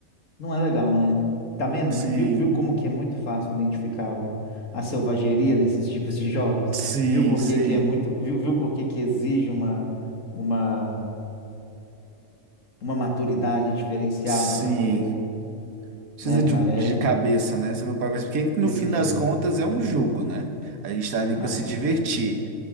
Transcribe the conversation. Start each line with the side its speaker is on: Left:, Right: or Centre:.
Left: não é legal, né? Tá vendo?
Right: Sim,
Left: Viu, viu como que é muito fácil identificar o- a selvageria desses <laughs> tipos de jogos?
Right: sim,
Left: Viu por
Right: sim,
Left: que que é muito, viu, viu por que que exige uma, uma, uma maturidade diferenciada
Right: sim.
Left: para poder,
Right: Precisa
Left: né, cara?
Right: de, um, de
Left: É,
Right: cabeça, né? Você vai para pensar, porque
Left: precisa.
Right: no fim das contas é um jogo, né? A gente tá ali
Left: Ah,
Right: para se
Left: com
Right: divertir.
Left: certeza.